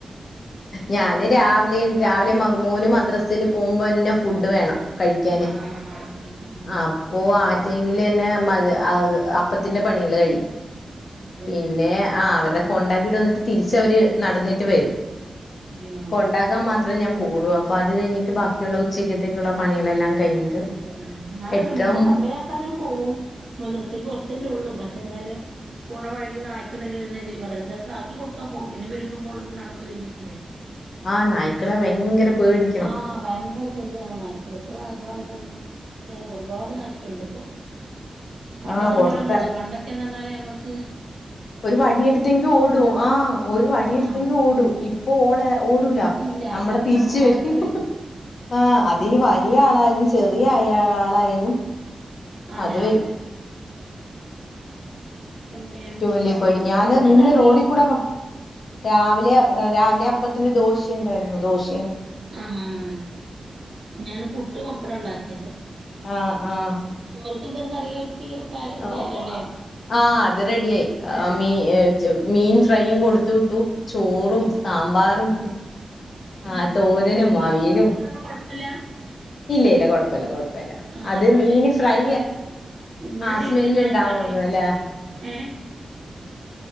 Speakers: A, on the left; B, on the right.
A: ഞാന് രാവിലെ രാവിലെ മോന് മദ്ര സിൽ പോകുമ്പോന്നെ ഫുഡ് വേണം കഴിക്കാന്
B: ആഹ് ആഹ് കഴിക്കും ഉം
A: അപ്പൊ ആ ടൈമിലെന്നെ മതി അത് അപ്പത്തിന്റെ പണികള് കഴിയും
B: അതല്ലേ
A: പിന്നെ ആ അവരുടെ കൊണ്ടാക്കിട്ട് വന്നിട്ട് തിരിച്ചവര് നടന്നിട്ട്
B: ഉം
A: വരും
B: ശരിയാ
A: കൊണ്ടാക്കാൻ മാ ത്രം ഞാൻ പോവുള്ളു അപ്പോ അത് കഴിഞ്ഞിട്ട് ബാക്കിയുള്ള ഉച്ചക്കത്തേക്കുള്ള പണികളെല്ലാം കഴിഞ്ഞിട്ട്
B: അതെ ഞാനെൻറ്റെ
A: എട്ടര
B: മോളെ കൊണ്ടോയാക്കാന് പോവും മദ്രസക്ക് കുറച്ചല്ലേ ഉള്ളൂ പക്ഷെ എന്നാലും പോണവഴീല് നായ് ഉണ്ടെങ്കില് എഴുന്നേറ്റിട്ട് മദ്രസക്ക് ആക്കി കൊടുക്കാൻ പോകും പിന്നെ വരുമ്പോ മോളുനടന്നു തന്നെ ചെയ്യല്
A: ആ നായ്ക്കളെ ഭയങ്കര പേടിക്കണം
B: ആഹ് ഭയങ്കര ശല്യാണ് നായ്ക്കൾ എത്ര നായ്ക്കളാണൊള്ളെന്നു ഒരുപാട് നായ്ക്കളുണ്ട് ഇപ്പൊ പണ്ടത്തെ
A: ആഹ് പൊറത്തെറ
B: പോലന്നൂല്ലാ പണ്ടൊക്കെന്ന് പറഞ്ഞാല് ഞമ്മക്ക്
A: ഒരു വടിയെടുത്തെങ്കി ഓടും ആ ഒരു വടിയെടുത്തെങ്കി
B: ആഹ്
A: ഓടും ഇപ്പൊ ഓടേ ഓടൂല
B: ഇല്ല
A: നമ്മളെ
B: ഇപ്പൊ
A: തിരിച്ചുവരും
B: നമ്മള് നേരത്തിന് വരും
A: ആ അതിനി വലിയ ആളായാലും ശെ ചെറിയായ ആളായാലും
B: അതെ
A: അത് വരും
B: അതെ പിന്നെ
A: <unintelligible>
B: എന്താ
A: ഞൻ
B: ഫുഡൊക്കെ
A: നിന്ന്
B: ഇണ്ടാക്കി
A: റോഡിൽ കൂടെ രാവിലെ റേ രാവിലെ അപ്പത്തിന് ദോശയ ഉണ്ടായിരുന്നു ദോശ
B: ആഹ് ഞാൻ പുട്ടും പപ്പടം ഉണ്ടാക്കിയത്
A: ആഹ് ആഹ്
B: ചോറക്കെന്താ കറി വെച്ച് ഒക്കെ ആയി
A: <unintelligible>
B: റെഡി ആയല്ലോല്ലേ
A: ആഹ് അത് റെഡി ആയി ആഹ് <unintelligible> മീൻ ഫ്രൈയും കൊടുത്ത് വിട്ടു ചോറും സാമ്പാറും
B: ഉം
A: ആഹ് തോരനും
B: അപ്പൊ മീൻ
A: അവിയലും
B: സ്കൂളിൽ കൊണ്ടോന്ന് കൊഴപ്പില്ല
A: ഇല്ല ഇല്ല കൊഴപ്പല്ല കൊഴപ്പല്ല
B: ആഹ്
A: അത്
B: ഇവിടെ
A: മീന്
B: ടീച്ചർമാര്
A: ഫ്രൈ
B: പറയും ഇവിടെ
A: ആഹ്
B: ടീച്ചർമാര്
A: സ്മെല് ഇണ്ടാവുമന്നല്ലേ
B: പറയും ഏഹ്